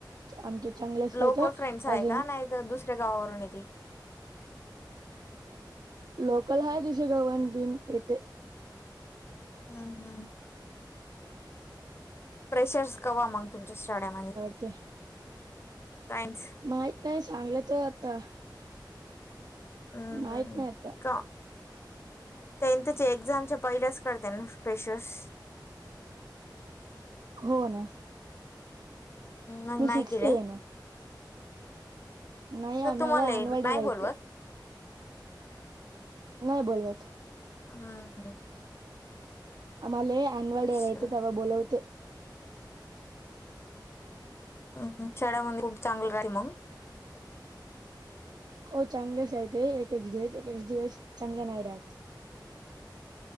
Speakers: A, on the right; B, on the left.
A: आमचे चांगलेच आहेत
B: लोकल फ्रेंड्स आहे
A: अजून.
B: का नाही दुसऱ्या गावावरून येते.
A: लोकल हाय दुसरे गावानं बिन येथे.
B: हम्म हम्म प्रेशर्स कवा मग तुमच्या शाडेमध्ये.
A: ते
B: सायन्स
A: माहीत नाही सांगल्यात आता.
B: हम्म
A: माहित नाही आता
B: का टेन्थ च्या एक्झामच्या पहिल्याच करते ना फेशर्स.
A: हो ना
B: मग
A: मी
B: नाय
A: सिक्स्थ
B: केले.
A: आहे ना नाही
B: तर
A: आम्हाला
B: तुम्हाला
A: एन्युअल डे
B: नाही
A: राहिटले.
B: बोलवत
A: नाही बोलवत
B: हम्म हं
A: आम्हाले अन्युअलडे
B: असं
A: रेयतो तवा बोलवते.
B: हम्म हम चेहरावरन खूप चांगलं राहते मग.
A: हो चांगलंच आहे ते एक एक दिवस, एक एक दिवस चांगल नाही राहत.